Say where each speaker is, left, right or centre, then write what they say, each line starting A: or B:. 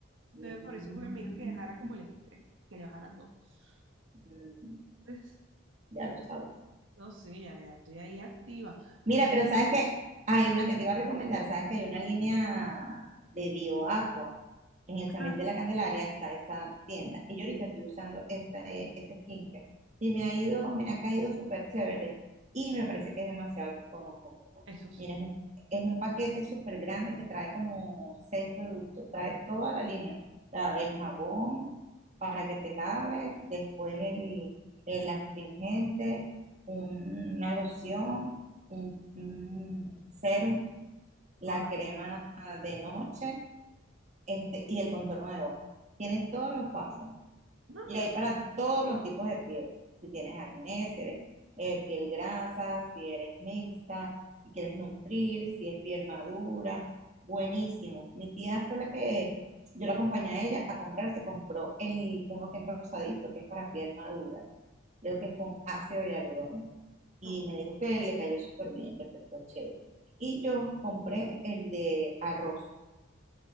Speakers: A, on the right; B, on the right.
A: Mm,
B: Entonces, por eso
A: mm,
B: fue
A: mm,
B: que me dijo que dejara
A: mm.
B: como el estrés, que le bajara dos.
A: Bueno,
B: Pues,
A: ya lo sabes.
B: no sé, ya, ya estoy ahí activa.
A: Mira,
B: Pero,
A: pero sabes que hay una que te iba a recomendar, sabes que hay una línea de BioAqua en el
B: ajá,
A: Samil de la Candelaria, está esa tienda. Y yo ahorita estoy usando ese, ese skincare y me ha ido, me ha caído súper chévere y me parece que es demasiado económico.
B: eso sí.
A: Mira, es un, es un paquete súper grande que trae como seis productos, trae toda la línea, la- el jabón para que te laves, después el, el astringente, una loción un serum, la
B: Ah,
A: crema de noche este, y el contorno de ojos. Tiene todos los pasos
B: no,
A: y
B: no,
A: hay para todos los tipos de piel. Si tienes acné, si eres eh, piel grasa, si eres mixta, si quieres nutrir, si es piel madura, buenísimo. Mi tía fue la que yo la acompañé a ella a comprar, se compró el, uno que es rosadito, que es para piel madura creo que es con ácido hialurónico. Y
B: no,
A: me dijo que le cayó súper bien, le prestó chévere. Y yo compré el de arroz,